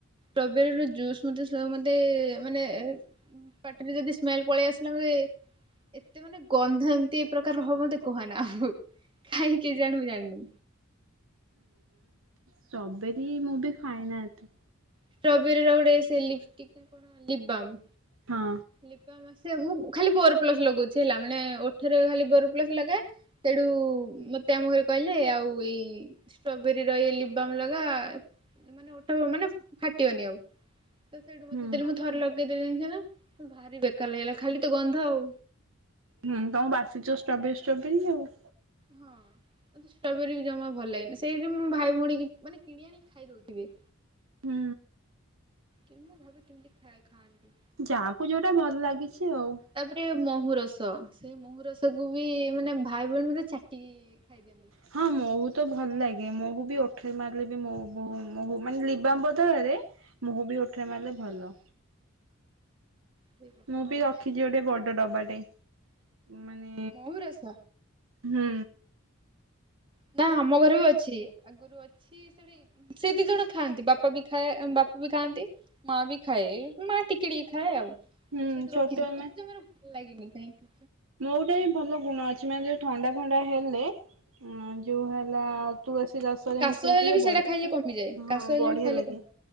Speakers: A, on the right; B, on the right.
A: ଷ୍ଟ୍ରବେରୀର ଜୁସ୍ ମତେ ସବୁ ମତେ ଏ ଏ ମାନେ ଏ ପାଟିରେ ଯଦି ସ୍ମେଲ ପଳେଇ ଆସିଲା ବଳେ ଏତେ ମାନେ ଗନ୍ଧ ଏମତି ପ୍ରକାରର ହବ ମତେ କୁହନା ଆଉ କାହିଁକି କେଜାଣି ମୁଁ ଜାଣିନି।
B: ଷ୍ଟ୍ରବେରି ମୁଁ ବି ଖାଏନା ଏତେ।
A: ଷ୍ଟ୍ରବେରୀ ର ଗୋଟେ ସେ ଲିପଷ୍ଟିକ ନା କଣ ଲିପବାମ୍
B: ହଁ।
A: ଲିପବାମ୍ ଆସିବା ଆଗୁ ମୁଁ ଖାଲି ବୋର ପ୍ଲସ ଲଗାଉଚି ହେଲା ମାନେ ଓଠେରେ ଖାଲି ବୋର ପ୍ଲସ ଲଗାଏ। ସେଇଠୁ ମତେ ଆମ ଘରେ କହିଲେ ଆଉ ଏଇ ଷ୍ଟ୍ରବେରୀ ର ଏଇ ଲିପ୍ ବାମ୍ ଲଗା ମାନେ ଓଠ ମାନେ ଫାଟିବନି ଆଉ। ତ ସେଇଠୁ ମତେ
B: ହୁଁ
A: ଦେଲେ ମୁଁ ଥରେ ଲଗେଇ ଦେଲି ଜାଣିଚ ନା ଭାରି ବେକାର ଲାଗିଲା ଖାଲି ତ ଗନ୍ଧ ଆଉ।
B: ହୁଁ ତମକୁ ବାସିଚ ଷ୍ଟ୍ରବେରୀ ଷ୍ଟ୍ରବେରୀ ଆଉ।
A: ହଁ ମତେ ଷ୍ଟ୍ରବେରୀ ବି ଜମା ଭଲ ଲାଗେନି ସେଇ ଯୋଗୁ ମୁଁ ଭାଇ ଭଉଣୀ କି ମାନେ କିଣିବା ମେ ଖାଇଦଉଥିବେ।
B: ହୁଁ।
A: କି ମୁଁ ଭାବେ କେମିତି ଖା ଖାଆନ୍ତି।
B: ଯାହାକୁ ଯୋଉଟା ଭଲ ଲାଗିଛି ଆଉ।
A: ତାପରେ ମହୁ ରସ ସେଇ ମହୁ ରସକୁୁ ବି ମାନେ ଭାଇ ଭଉଣୀ ମତେ ଚାଟିକି କି ଖାଇଦିଅନ୍ତି।
B: ହଁ ମହୁ ତ ଭଲ ଲାଗେ ମହୁ ବି ଓଠେରେ ମାରିଲେ ବି ମୋ ବୋ ମହୁ ମାନେ
A: ହୁଁ
B: ଲିପ୍ ବାମ ବଦଳରେ ମହୁ ବି ଓଠରେ ମାରିଲେ ଭଲ।
A: ହେ ଭଗବାନ
B: ମୁଁ ବି ରଖିଛି ଗୋଟେ ବଡ ଡବାଟେ। ମାନେ
A: ମହୁ ରସ
B: ହୁଁ।
A: ଏଇଟା ଆମ ଘରେ ବି ଅଛି ଆଗରୁ ଅଛି। ସେ ଦି ଜଣ ଖାଆନ୍ତି ବାପା ବି ଖାଏ ବାପା ବି ଖାଆନ୍ତି। ମା ବି ଖାଏ ମା ଟିକେ ଟିକେ ଖାଏ ଆଉ। ତ
B: ହୁଁ
A: ସେଇଠୁ
B: ଛୋଟ
A: ରଖିଛି
B: ଆମେ
A: ମୋତେ ମାନେ ଭଲ ଲାଗିନି କାହିଁକି।
B: ମହୁଟା ବି ଭଲ ଗୁଣ ଅଛି ମାନେ ଯୋଉ ଥଣ୍ଡା ଫଣ୍ଡା ହେଲେ ଯୋଉ ହେଲା। ତୁଳସୀ ରସରେ
A: ଆଉ କାଶ
B: ମିଶେଇ
A: ହେଲେ
B: ପିଇବ
A: ବି
B: ବଢିଆ
A: ସେଇଟା ଖାଇଲେ କମିଯାଏ
B: ହଁ
A: କାଶ ହେଲେ
B: ବଢିଆ
A: ବି ଖାଇଲେ
B: ଲାଗେ।
A: କମିଯାଏ।